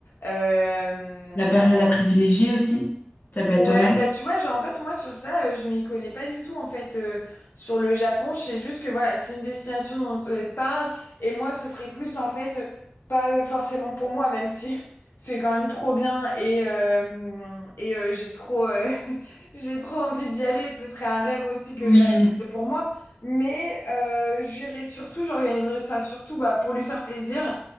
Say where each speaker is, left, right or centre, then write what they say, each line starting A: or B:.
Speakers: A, on the left; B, on the left.
A: Euh,
B: La période à privilégier aussi, ça peut être
A: Ouais,
B: pas mal.
A: bah tu vois, genre en fait moi sur ça, euh, je m'y connais pas du tout en fait euh, sur le Japon, je sais juste que voilà, c'est une destination dont elle parle et moi ce serait plus en fait euh, pas euh, forcément pour moi même si <laughs> c'est quand même trop bien et euh, et euh, j'ai trop euh, <laughs> j'ai trop envie d'y aller, ce serait un rêve aussi que
B: Oui.
A: je réaliserais pour moi, mais euh, j'irai surtout, j'organiserai ça surtout bah pour lui faire plaisir